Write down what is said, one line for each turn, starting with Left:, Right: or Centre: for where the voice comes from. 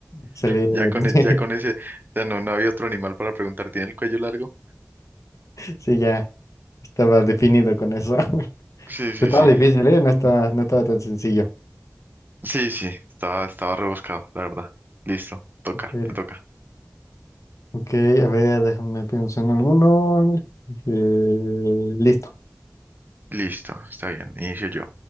Left: Se le...
Right: Ya
Left: <laughs>
Right: con, e- ya con ese, o sea, no, no había otro animal para preguntar, ¿tiene el cuello largo?
Left: Sí, ya estaba definido con eso. <laughs> Pero
Right: Sí, sí,
Left: estaba
Right: sí.
Left: difícil, ¿eh? No estaba, no estaba tan sencillo.
Right: Sí, sí, estaba, estaba rebuscado, la verdad. Listo, toca,
Left: Ok,
Right: te toca.
Left: ok, a ver, déjame pienso en alguno. Eh, listo.
Right: Listo, está bien, inicio yo.